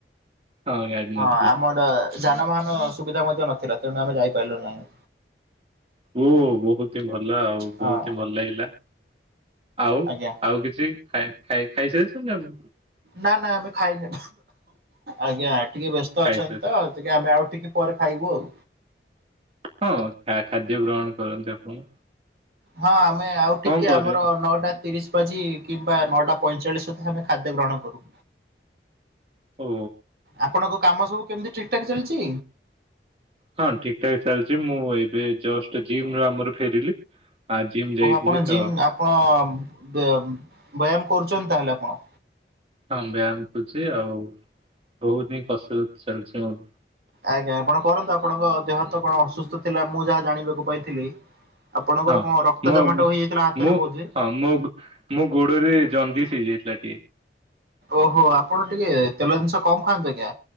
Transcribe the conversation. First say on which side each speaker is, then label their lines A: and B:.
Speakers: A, on the right (about 35°); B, on the right (about 60°).
A: ହଁ ଗାଡି ନଥିଲା
B: ହଁ ଆମର ଯାନବାହାନ ସୁବିଧା ମଧ୍ୟ ନଥିଲା ତେଣୁ ଆମେ ଯାଇପାରିଲୁ ନାହିଁ।
A: ହୁଁ ବହୁତ ହି ଭଲ ଆଉ ବହୁତ
B: ହଁ
A: ହି ଭଲ ଲାଗିଲା ଆଉ
B: ଆଜ୍ଞା
A: ଆଉ କିଛି ଖା ଖାଇ ଖାଇସାରିଛନ୍ତି ଆଉ
B: ନା ନା ଆମେ ଖାଇନୁ। ଆଜ୍ଞା ଟିକେ ବ୍ୟସ୍ତ
A: ଖାଇସାରି
B: ଅଛନ୍ତି ତ। ଆଜ୍ଞା ଆମେ ଆଉ ଟିକେ ପରେ ଖାଇବୁ ଆଉ।
A: ହଁ ଖାଦ୍ୟ ଗ୍ରହଣ କରନ୍ତୁ ଆପଣ।
B: ହଁ ଆମେ ଆଉ
A: କଣ
B: ଟିକେ
A: କରିବେ
B: ଆମର ନଅଟା ତିରିଶ ବାଜି କିମ୍ବା ନଅଟା ପଇଁଚାଳିଶ ସୁଦ୍ଧା ଆମେ ଖାଦ୍ୟ ଗ୍ରହଣ କରୁ।
A: ଓ।
B: ଆପଣଙ୍କ କାମ ସବୁ କେମିତି ଠିକ ଠାକ୍ ଚାଲିଛି।
A: ହଁ ଠିକଠାକ୍ ଚାଲିଛି ମୁଁ ଏବେ ଜଷ୍ଟ ଜିମରୁ ଆମର ଫେରିଲି। ଆ ଜିମ୍ ଯାଇଥିଲି
B: ଓହୋ ଆପଣ
A: ତ
B: ଜିମ୍ ଆପଣ ବ୍ୟାୟାମ କରୁଛନ୍ତି ତାହେଲେ ଆପଣ।
A: ହଁ ବ୍ୟାୟାମ କରୁଛି ଆଉ ବହୁତ ହି କସରତ ଚାଲିଛି ମୋର।
B: ଆଜ୍ଞା ଆପଣ କରନ୍ତୁ ଆପଣଙ୍କ ଦେହ ତ କଣ ଅସୁସ୍ଥ ଥିଲା ମୁଁ ଯାହା ଜାଣିବାକୁ ପାଇଥିଲି। ଆପଣଙ୍କର
A: ହଁ
B: କଣ ରକ୍ତ
A: ମୋ
B: ଜମାଟ ହେଇଯାଇଥିଲା ହାତରେ
A: ମୁଁ
B: ବୋଧେ?
A: ହଁ ମୋ ମୋ ଗୋଡରେ ଜଣ୍ଡିସ ହେଇ ଯାଇଥିଲା। <inaudible>
B: ଓହୋ ଆପଣ ଟିକେ ତେଲ ଜିନିଷ କମ ଖାଆନ୍ତୁ ଆଜ୍ଞା